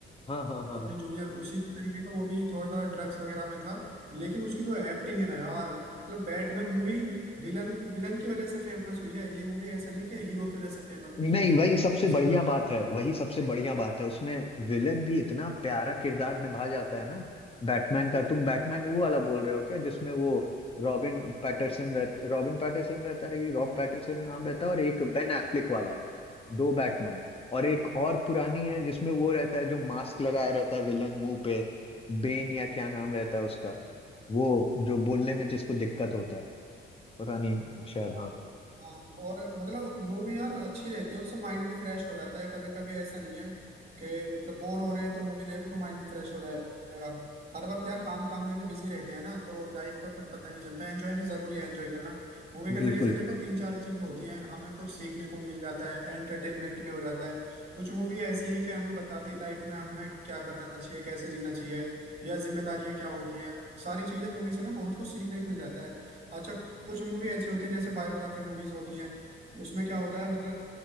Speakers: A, on the left (about 30°); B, on the right (about 35°).
A: हाँ हाँ हाँ
B: डाउनी जूनियर उसी तरीके का वो भी थोड़ा ड्रग्स वगैरह में था लेकिन उसकी जो एक्टिंग है ना यार मतलब बैटमैन मूवी विलन विलन की वजह से फेमस हुई है ये मूवी ऐसा नहीं कि हीरो की वजह से फेमस
A: नहीं
B: हुई है
A: वही सबसे बढ़िया
B: उसकी
A: बात है वही सबसे बढ़िया
B: जो
A: बात है उसमें विलन भी इतना प्यारा किरदार निभा जाता है ना बैटमैन का तुम बैटमैन वो वाला बोल रहे हो क्या जिसमें वो रॉबिन पैटरसन रहता रॉबिन पैटरसन रहता है कि रॉब पैटरसन नाम रहता है और एक बेन एफ्लिक वाला है दो बैटमैन और एक और पुरानी है जिसमें वो रहता है जो मास्क लगाया रहता है विलन मुंह पे बेन या क्या नाम रहता है उसका वो जो बोलने में जिसको दिक्कत होता है पता नहीं शायद
B: हाँ
A: हाँ
B: हाँ, और मतलब मूवी यार अच्छी रहती है उससे माइंड भी फ्रेश हो जाता है कभी कभी ऐसा नहीं है कि मतलब बोर हो रहे हैं तो मूवी देख लो माइंड फ्रेश हो जाएगा हर वक्त यार काम काम में भी बिजी रहते हैं ना तो लाइफ का कुछ पता नहीं चलता एंजॉय भी जरूरी है एंजॉय करना मूवी के
A: बिल्कुल
B: जरिए से देखो तीन चार चीजें होती हैं हमें कुछ सीखने को भी मिल जाता है एंटरटेनमेंट भी हो जाता है कुछ मूवी ऐसी है कि हमें बताती है लाइफ में हमें क्या करना चाहिए कैसे जीना चाहिए या जिम्मेदारियां क्या होती हैं सारी चीजें मूवी से ना बहुत कुछ सीखने को मिल जाता है अच्छा कुछ मूवी ऐसी होती है जैसे बायोग्राफी मूवीज होती हैं उसमें क्या होता है मतलब